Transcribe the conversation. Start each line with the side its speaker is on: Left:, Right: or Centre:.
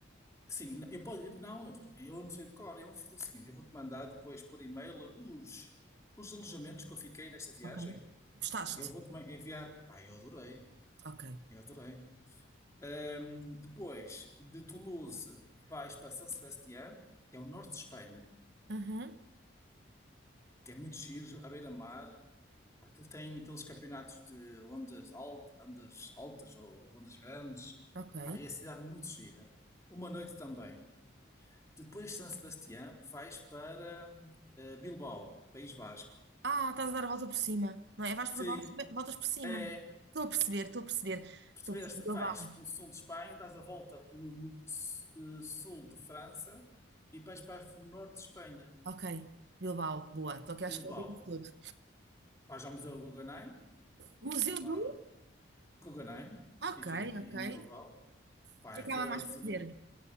Left: sim, eu posso, não, eu não sei de cor. Eu vou fazer o seguinte, eu vou-te mandar depois por e-mail os, os alojamentos que eu fiquei nesta viagem.
Right: Ok. Gostaste?
Left: Eu vou-te ma- enviar, pá, eu adorei,
Right: Ok.
Left: eu adorei. Ahm, depois, de Toulouse, vais para San Sebastián, que é o norte de Espanha,
Right: Uhum,
Left: que é muito giro, à beira-mar. Pá, Aquilo tem aqueles campeonatos de ondas, al- ondas altas ou ondas grandes.
Right: ok.
Left: Pá, e a cidade muito gira. Uma noite também. Depois de San Sebastián, vais para hum, eh, Bilbao, País Vasco.
Right: Ah, estás a dar a volta por cima, não é? Vais
Left: Sim,
Right: por baixo, voltas por cima.
Left: é.
Right: Estou a perceber, estou a perceber.
Left: Percebeste?
Right: Estou a perceber. Bilbao.
Left: Vais pelo sul de Espanha, dás a volta pelo eh, sul de França e depois vais para o norte de Espanha,
Right: Ok, Bilbao, boa. Estou aqui à
Left: Bilbao.
Right: esquerda disso tudo.
Left: Vais ao Museu Guggenheim,
Right: Museu
Left: vais lá,
Right: do.
Left: Guggenheim,
Right: Ok,
Left: fica em,
Right: ok. O
Left: em Bilbao. Pá,
Right: que
Left: aqui
Right: é que há
Left: é
Right: lá
Left: o
Right: mais
Left: ex
Right: para ver?